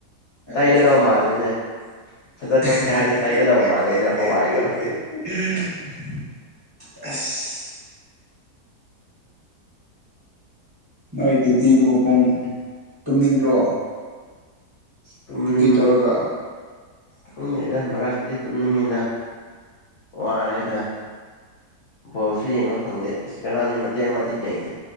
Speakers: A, on the right; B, on the left.
A: ꯑꯩꯁꯨ
B: ꯇꯩꯔꯗꯧ
A: ꯆꯥꯒꯦ
B: ꯃꯥꯜꯂꯤꯅꯦ
A: <unintelligible>
B: ꯐꯖꯊꯣꯛꯀꯦ ꯍꯥꯏꯔꯗꯤ ꯇꯩꯔꯗꯧ ꯃꯥꯜꯂꯤꯅꯦ ꯍꯋꯥꯏꯗꯣ
A: ꯑꯦꯁ ꯅꯣꯏ ꯗ꯭ꯌꯨꯇꯤꯗꯨꯕꯨ ꯄꯨꯡ ꯇꯨꯝꯅꯤꯡꯗ꯭ꯔꯣ
B: ꯇꯨꯝꯅꯤꯡ
A: ꯗ꯭ꯌꯨꯇꯤ ꯇꯧꯔꯒ
B: ꯈꯪꯗꯦꯗ ꯃꯔꯛꯇꯗꯤ ꯇꯨꯝꯅꯤꯡꯉꯤꯗ ꯋꯥꯏꯗ ꯕꯣꯜꯁꯨ ꯌꯦꯡꯕ ꯐꯪꯗꯦ ꯑꯁ ꯉꯔꯡꯗꯤ ꯃꯇꯦꯛ ꯑꯃ ꯌꯦꯡꯉꯦ